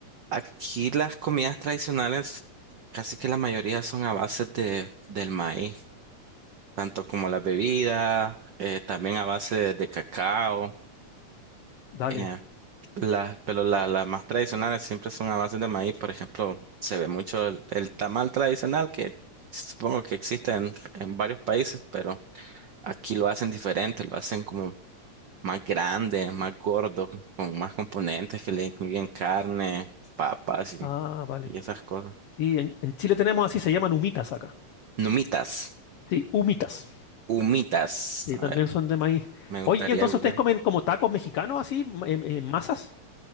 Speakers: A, on the right; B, on the left.
A: Aquí las comidas tradicionales, casi que la mayoría son a base de, del maíz, tanto como las bebidas, eh, también a base de, de cacao.
B: Dale.
A: eh, las, pero la- las más tradicionales siempre son a base de maíz. Por ejemplo, se ve mucho el, el tamal tradicional, que supongo que existe en, en varios países, pero aquí lo hacen diferente, lo hacen como más grande, más gordo, con más componentes que le incluyen carne, papas y,
B: Ah, vale.
A: y esas cosas.
B: Sí, en, en Chile tenemos así, se llaman humitas acá.
A: Numitas.
B: Sí, humitas.
A: Humitas.
B: Y
A: A
B: también
A: ver,
B: son de maíz.
A: me gustaría
B: Oye, entonces
A: googlear.
B: ustedes comen como tacos mexicanos así, ma- en- en masas.